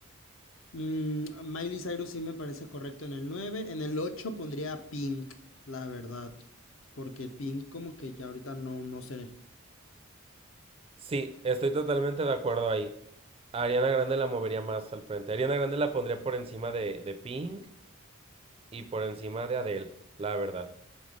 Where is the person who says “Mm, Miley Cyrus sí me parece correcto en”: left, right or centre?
Left